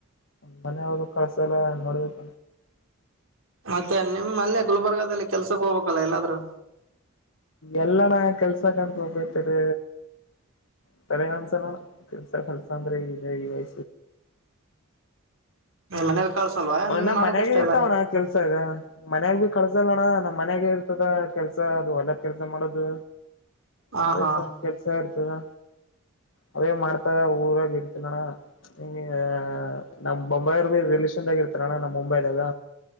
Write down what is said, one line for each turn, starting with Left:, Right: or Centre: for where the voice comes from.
Left: ಮನೆಯವರು ಕಳ್ಸ ಎಲ್ಲಾ ನೋಡ್ಬೇಕ
Right: ಮತ್ತೆ ನಿಮ್ಮಲ್ಲೇ ಗುಲ್ಬರ್ಗದಲ್ಲಿ ಕೆಲ್ಸಕ್ಕೆ ಹೋಗ್ಬೇಕಲ್ಲಾ ಎಲ್ಲಾದ್ೂ
Left: ಎಲ್ಲಣ ಕೆಲ್ಸ ಕಂತೋಗಬತರಿ ಸ್ಥಳನ್ಸಲ ಕಲಸಾರ ವಯ
Right: ಮನೇಲಿ ಕಳ್ಸಲ್ವಾ ನಿಂಗ್
Left: ನಮ್
Right: ಮಾಡಕ್
Left: ಮನ್ಯಾಗೆ
Right: ಇಷ್ಟ
Left: ಇರ್ತಾವಣ್ಣ
Right: ಅಲ್ಲ
Left: ಕೆಲ್ಸ ಅದ ಮನ್ಯಾಗ ಭ ಕಳ್ಸಲ್ಲ ಅಣ್ಣ ನಮ್ ಮನ್ಯಾಗ ಇರ್ತದ ಕೆಲ್ಸ ಅದು ಹೊಳ್ಳದ್ ಕೆಲ್ಸ ಮಾಡೋದು
Right: ಹಾ
Left: ಅದೇಸ
Right: ಹಾ
Left: ಕೆಲ್ಸ ಎಡ್ತದಾ ಅವದೇ ಮಾಡ್ತಾವ ಊರಾಗ ಇಡ್ತನಾನ ನಿ ನಮ್ ಬೊಂಬಾಯವರ್ ಭೀ ರಿಲಷನ್ಾಗ ಇರ್ತಾರಣ್ಣ ನಮ್ ಮುಂಬೈದಾಗ